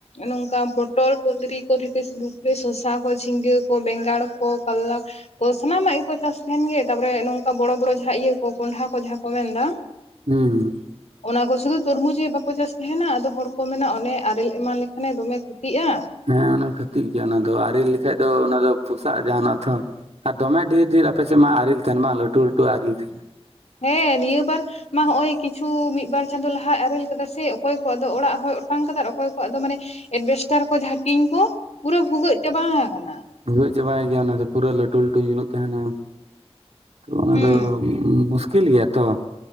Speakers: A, on the left; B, on the right.
A: ᱱᱚᱝᱠᱟ ᱯᱚᱴᱚᱞ, ᱠᱩᱱᱫᱽᱨᱤ ᱠᱚ ᱛᱷᱮᱠᱮ ᱥᱩᱨᱩ ᱠᱚᱨᱮ ᱥᱚᱥᱟ ᱠᱚ ᱡᱷᱤᱸᱜᱟᱹ ᱠᱚ, ᱵᱮᱸᱜᱟᱲ ᱠᱚ, ᱠᱟᱞᱞᱟ ᱠᱚ ᱥᱟᱱᱟᱢᱟᱜ ᱜᱮᱠᱚ ᱪᱟᱥ ᱛᱟᱦᱮᱱ ᱜᱮ ᱛᱟᱨᱯᱚᱨᱮ ᱱᱚᱝᱠᱟ ᱵᱚᱲᱚ ᱵᱚᱲᱚ ᱡᱟᱦᱟᱸ ᱤᱭᱟᱹ ᱠᱚ ᱠᱚᱸᱰᱷᱟ ᱠᱚ ᱡᱟᱦᱟᱸ ᱠᱚ ᱢᱮᱱᱫᱟ᱾
B: ᱦᱩᱸ᱾
A: ᱚᱱᱟ ᱠᱚ ᱥᱩᱫᱩ ᱛᱩᱨᱢᱩᱡᱽ ᱜᱮ ᱵᱟᱠᱚ ᱪᱟᱥ ᱛᱟᱦᱮᱱᱟ ᱟᱫᱚ ᱦᱚᱲ ᱠᱚ ᱢᱮᱱᱟ ᱚᱱᱮ ᱟᱨᱮᱞ ᱮᱢᱟᱱ ᱞᱮᱠᱷᱟᱱᱮ ᱫᱚᱢᱮ ᱠᱷᱩᱛᱤᱜᱼᱟ᱾
B: ᱦᱮᱸ ᱚᱱᱟ ᱠᱷᱟᱹᱛᱤᱨ ᱜᱮ ᱚᱱᱟ ᱫᱚ ᱟᱨᱮᱞ ᱞᱮᱠᱷᱟᱡ ᱫᱚ ᱚᱱᱟ ᱫᱚ ᱯᱚᱥᱟᱜ ᱡᱟᱦᱟᱱᱚᱜ ᱛᱷᱚ᱾ ᱟᱨ ᱫᱚᱢᱮ ᱰᱷᱮᱨ ᱰᱷᱮᱨ ᱟᱯᱮᱥᱮᱫ ᱢᱟ ᱟᱨᱮᱞ ᱛᱟᱦᱮᱱ ᱵᱟᱝ ᱞᱟᱹᱴᱩ ᱞᱟᱹᱴᱩ ᱟᱨᱮᱞ ᱛᱟᱦᱮᱱᱟ᱾
A: ᱦᱮᱸ ᱱᱤᱭᱟᱹ ᱵᱟᱨ ᱢᱟ ᱦᱚᱸᱜ-ᱚᱭ ᱠᱤᱪᱷᱩ ᱢᱤᱫ ᱵᱟᱨ ᱪᱟᱸᱫᱳ ᱞᱟᱦᱟᱭ ᱟᱨᱮᱞ ᱠᱟᱫᱟ ᱥᱮ ᱚᱠᱚᱭ ᱠᱚᱣᱟᱜ ᱫᱚ ᱚᱲᱟᱜ ᱦᱚᱭ ᱚᱴᱟᱝ ᱠᱟᱫᱟ ᱟᱨ ᱚᱠᱚᱭ ᱠᱚᱣᱟᱜ ᱫᱚ ᱢᱟᱱᱮ ᱮᱰᱵᱮᱥᱴᱟᱨ ᱠᱚ ᱡᱟᱦᱟᱸ ᱴᱤᱱ ᱠᱚ ᱯᱩᱨᱟᱹ ᱵᱷᱩᱜᱟᱹᱜ ᱪᱟᱵᱟᱣ ᱠᱟᱱᱟ᱾
B: ᱰᱷᱩᱜᱟᱹᱜ ᱪᱟᱵᱟᱭ ᱜᱮᱭᱟ ᱱᱩᱭ ᱫᱚ ᱯᱩᱨᱟᱹ ᱞᱟᱹᱴᱩ ᱞᱟᱹᱴᱩ ᱧᱩᱨᱩᱜ ᱛᱟᱦᱮᱱᱟ᱾ ᱚ ᱚᱱᱟ
A: ᱦᱩᱸ
B: ᱫᱚ ᱢᱩᱥᱠᱤᱞ ᱜᱮᱭᱟ ᱛᱚ